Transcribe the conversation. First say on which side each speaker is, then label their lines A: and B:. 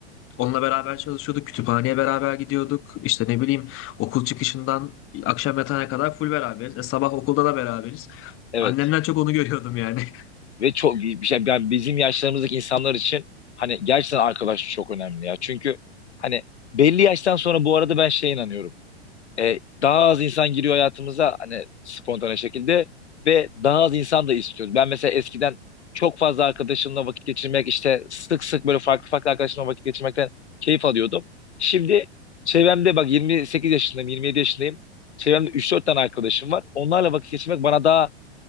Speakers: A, on the left; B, on the left.
A: Onunla beraber çalışıyorduk. Kütüphaneye beraber gidiyorduk. İşte ne bileyim okul çıkışından akşam yatana kadar full beraberiz. E, sabah okulda da beraberiz.
B: Evet.
A: Annemden çok onu görüyordum yani. <laughs>
B: Ve çok bir şey yani bizim yaşlarımızdaki insanlar için hani gerçekten arkadaşlık çok önemli ya. Çünkü hani belli yaştan sonra bu arada ben şeye inanıyorum. E, daha az insan giriyor hayatımıza hani spontane şekilde ve daha az insan da istiyoruz. Ben mesela eskiden çok fazla arkadaşımla vakit geçirmek işte sık sık böyle farklı farklı arkadaşımla vakit geçirmekten keyif alıyordum. Şimdi çevremde bak 28 yaşındayım 27 yaşındayım. Çevremde 3-4 tane arkadaşım var. Onlarla vakit geçirmek bana daha